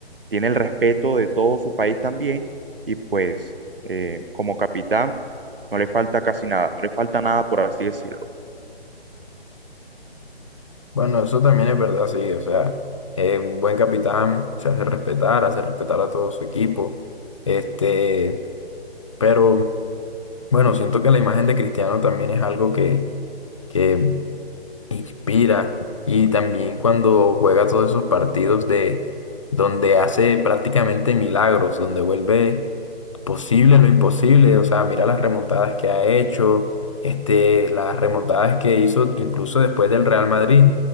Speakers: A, on the right (about 60°); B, on the left (about 30°).
A: tiene el respeto de todo su país también y pues eh, como capitán no le falta casi nada, no le falta nada por así decirlo.
B: Bueno, eso también es verdad, sí. O sea, eh, un buen capitán se hace respetar, hace respetar a todo su equipo. Este, pero bueno, siento que la imagen de Cristiano también es algo que, que inspira y también cuando juega todos esos partidos de donde hace prácticamente milagros, donde vuelve posible lo imposible, o sea, mira las remontadas que ha hecho, este, las remontadas que hizo incluso después del Real Madrid.